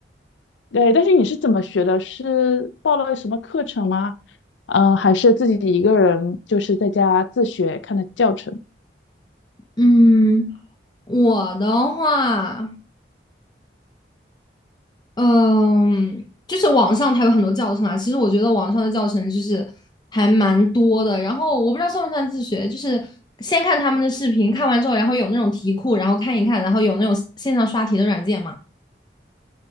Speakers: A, on the left (about 80°); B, on the left (about 25°).
A: 对，但是你是怎么学的？是报了什么课程吗？呃，还是自己一个人就是在家自学看的教程？
B: 嗯，我的话。嗯，就是网上它有很多教程啊。其实我觉得网上的教程就是还蛮多的。然后我不知道算不算自学，就是先看他们的视频，看完之后，然后有那种题库，然后看一看，然后有那种线上刷题的软件嘛。